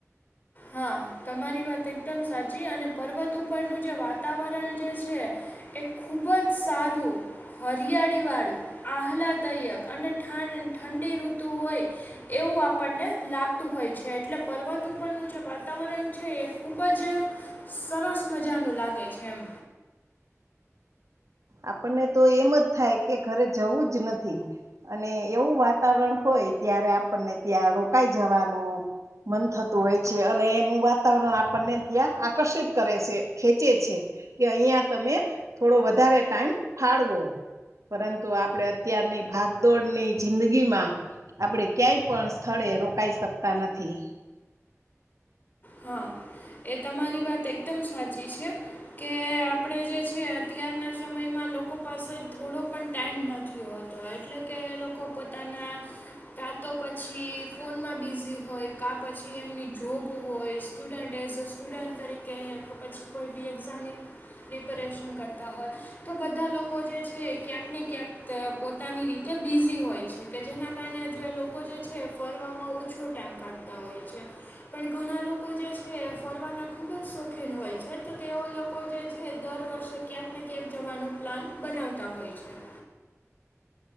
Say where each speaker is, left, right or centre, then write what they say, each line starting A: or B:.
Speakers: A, on the left; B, on the right.
A: હા તમારી વાત એકદમ સાચી અને પર્વત ઉપરનું જે વાતાવરણ જે છે એ ખૂબ જ સારું હરિયાળી વાળું આહલાદાયક અને ઠંડી ઋતુ હોય એવું આપણને લાગતું હોય છે એટલે પર્વત ઉપરનું જે વાતાવરણ છે એ ખૂબ જ સરસ મજાનું લાગે છે એમ
B: આપણને તો એમ જ થાય કે ઘરે જવું જ નથી અને એવું વાતાવરણ હોય ત્યારે આપણને ત્યાં રોકાઈ જવાનું મન થતું હોય છે અને એનું વાતાવરણ આપડને ત્યાં આકર્ષિત કરે શે ખેંચે છે. કે અહિયા તમે થોડો વધારે ટાઈમ ફાળવો. પરંતુ આપડે અત્યારની ભાગદોડની જિંદગીમાં આપડે ક્યાંય પણ સ્થળે રોકાઈ શકતા નથી.
A: હન, એ તમારી વાત એકદમ સાચી છે. કે આપણે જે છે અત્યારના સમયમાં લોકો પાસે થોડો પણ ટાઈમ નથી હોતો તો એટલે કે લોકો પોતાના કા તો પછી ફોનમાં બિઝી હોય કા પછી એમની જોબ હો કોઈ સ્ટુડન્ટ એઝ અ સ્ટુડન્ટ તરીકે એક પછી કોઈ બી એક્ઝામની પ્રિપરેશન કરતા હોત તો બધા લોકો જે છે ક્યાંક ને ક્યાંક પોતાની રીતે બિઝી હોય છે કે જેના કારણે જો એ લોકો જે છે ફરવામાં ઓછો ટાઈમ કાઢતા હોય છે પણ ઘણા લોકો જે છે, ફરવાના ખૂબ જ શોખીન હોય છે તો તેઓ લોકો જે છે દર વર્ષે ક્યાંક ને ક્યાંક જવાનો પ્લાન બનાવતા હોય છે.